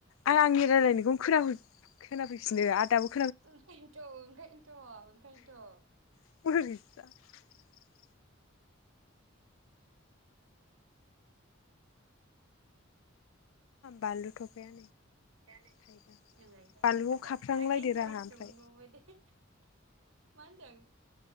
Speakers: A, on the left; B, on the right.
A: आं आंनि रायलायनोखौ <unintelligible>
B: ओंखायनोथ'ओंखायनोथ'ओंखायनोथ'
A: <unintelligible> बानलु थफाया
B: <unintelligible>
A: थाइबा बानलुखौ खाफ्रांलायदोरा आंहा ओमफ्राय
B: मा होनदों?